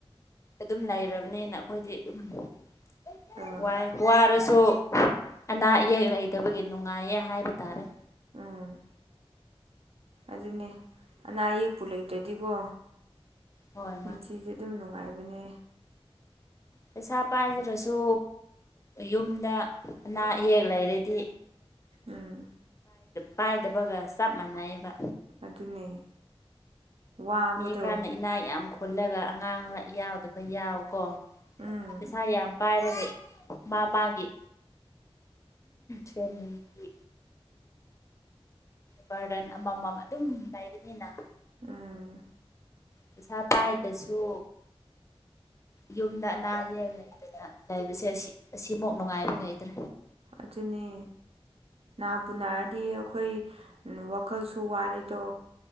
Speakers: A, on the left; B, on the right.
A: ꯑꯗꯨꯝ ꯂꯩꯔꯕꯅꯤꯅ ꯑꯩꯈꯣꯏꯗꯤ ꯑꯗꯨꯝ ꯋꯥꯏ
B: ꯑꯥ
A: ꯋꯥꯏ ꯑꯣꯏꯔꯁꯨ ꯑꯅꯥ ꯑꯌꯦꯛ ꯂꯩꯇꯕꯒꯤ ꯅꯨꯡꯉꯥꯏꯌꯦ ꯍꯥꯏꯕ ꯇꯥꯔꯦ
B: ꯎꯝ ꯑꯗꯨꯅꯦ ꯑꯅꯥ ꯑꯌꯦꯛꯄꯨ ꯂꯩꯇ꯭ꯔꯗꯤꯀꯣ
A: ꯍꯣꯏ
B: ꯄꯨꯟꯁꯤꯁꯦ
A: ꯃꯥꯅꯦ
B: ꯑꯗꯨꯝ ꯅꯨꯡꯉꯥꯏꯕꯅꯦ
A: ꯄꯩꯁꯥ ꯄꯥꯏꯗ꯭ꯔꯁꯨ ꯌꯨꯝꯗ ꯑꯅꯥ ꯑꯌꯦꯛ ꯂꯩꯔꯗꯤ
B: ꯎꯝ
A: ꯄꯥꯏꯗꯕꯒ ꯆꯞ ꯃꯥꯟꯅꯩꯑꯕ
B: ꯑꯗꯨꯅꯦ ꯋꯥꯕꯗꯣ
A: ꯃꯤ ꯈꯔꯅ ꯏꯅꯥꯛ ꯌꯥꯝ ꯈꯨꯜꯂꯒ ꯑꯉꯥꯡ ꯌꯥꯎꯗꯕ ꯌꯥꯎ ꯀꯣ
B: ꯎꯝ
A: ꯄꯩꯁꯥ ꯌꯥꯝ ꯄꯥꯏꯔꯒ ꯃꯥ ꯃꯥꯒꯤ ꯁꯃꯤꯒꯤ ꯕꯥꯔꯗꯟ ꯑꯃꯃꯝ ꯑꯗꯨꯝ ꯂꯩꯕꯅꯤꯅ
B: ꯎꯝ
A: ꯄꯩꯁꯥ ꯄꯥꯏꯗꯁꯨ ꯌꯨꯝꯗ ꯑꯅꯥ ꯑꯌꯦꯛ ꯂꯩꯕꯅ ꯂꯩꯕꯁꯦ ꯑꯁꯤꯃꯨ ꯅꯨꯡꯉꯥꯏꯕ ꯂꯩꯇ꯭ꯔꯦ
B: ꯑꯗꯨꯅꯦ ꯅꯥ ꯄꯨꯅꯔꯗꯤ ꯑꯩꯈꯣꯏ ꯋꯥꯈꯜꯁꯨ ꯋꯥꯔꯦꯗꯣ